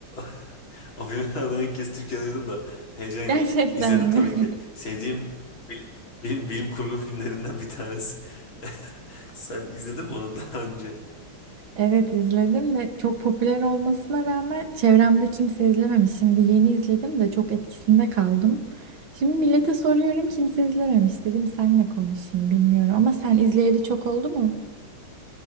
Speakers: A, on the left; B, on the right.
A: <laughs> o filmin adını ilk kez Türkçe duydum da heyecan
B: <laughs>
A: yaptım.
B: Gerçekten
A: İzledim
B: mi?
A: tabii ki.
B: <laughs>
A: Sevdiğim bil- bilim, bilim kurgu filmlerinden bir tanesi. <laughs> Sen izledin mi onu daha önce?
B: Evet izledim ve çok popüler olmasına rağmen çevremde kimse izlememiş. Şimdi yeni izledim de çok etkisinde kaldım. Şimdi millete soruyorum kimse izlememiş dedim senle konuşayım bilmiyorum ama sen izleyeli çok oldu mu?